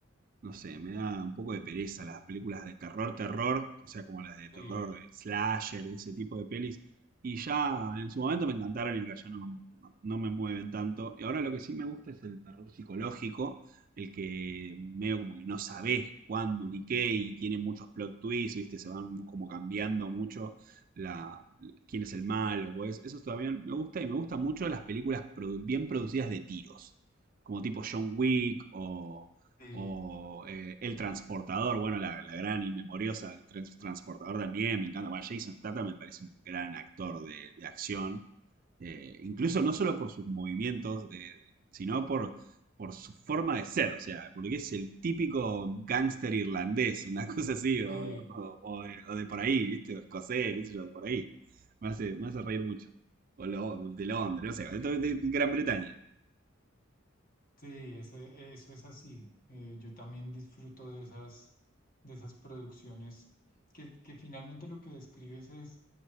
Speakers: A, on the right (about 45°); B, on the left (about 45°).
A: no sé, me da un poco de pereza las películas de terror, terror, o sea, como las de
B: sí,
A: terror, eh, slasher, ese tipo de pelis. Y ya en su momento me encantaron y ahora ya no, no- no me mueven tanto. Y ahora lo que sí me gusta es el terror psicológico, el que medio como que no sabes cuándo ni qué y tiene muchos plot twists, ¿viste? Se van como cambiando mucho la, quién es el malo o es- Eso también me gusta y me gustan mucho las películas produ- bien producidas de tiros como tipo John Wick o,
B: sí,
A: o eh, El Transportador, bueno, la, la gran y memoriosa, El Trans- Transportador también, me encanta. Bueno, Jason Statham me parece un gran actor de, de acción. Eh, incluso no solo por sus movimientos, de, sino por, por su forma de ser, o sea, porque es el típico gángster irlandés, una <laughs> cosa así, o,
B: sí.
A: o- o de, o de por ahí, ¿viste? O escocés, qué sé yo, de por ahí. Me hace, me hace reír mucho. O lo- de Londres, no sé, de, de Gran Bretaña.
B: Sí, ese, eso es así. Eh, yo también disfruto de esas, de esas producciones que, que finalmente lo que describes es